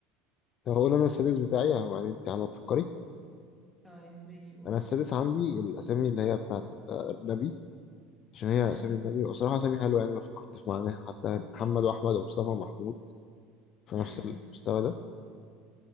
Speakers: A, on the left (about 45°); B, in the centre.
A: طب هقول انا السادس بتاعي يعني انت على ما تفكري
B: طيب ماشي قول
A: انا السادس عندي الاسامي اللي هي بتاعت ال- النبي عشان هي
B: امم
A: اسامي النبي وصراحه اسامي حلوه يعني لو فكرت في معناها حتى يعني محمد واحمد ومصطفى ومحمود في
B: امم
A: نفس المستوى ده